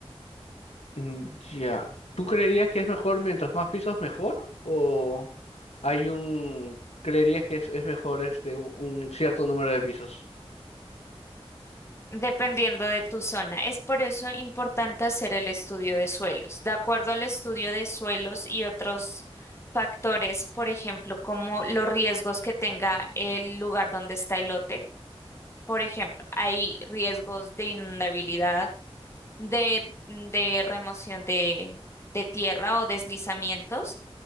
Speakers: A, on the left; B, on the left.
A: Mm, Ya, ¿tú creerías que es mejor mientras más pisos mejor? ¿O hay un... creerías que es, es mejor este un, un cierto número de pisos?
B: Dependiendo de tu zona. Es por eso importante hacer el estudio de suelos. De acuerdo al estudio de suelos y otros factores, por ejemplo, como los riesgos que tenga el lugar donde está el lote. Por ejemplo, hay riesgos de inundabilidad, de, de remoción de, de tierra o deslizamientos.